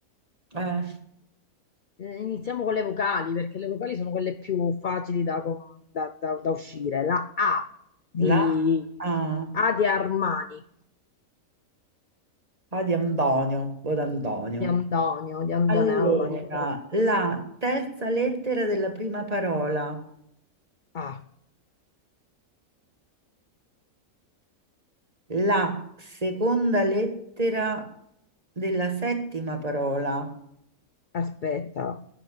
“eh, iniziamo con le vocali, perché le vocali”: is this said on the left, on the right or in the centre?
Left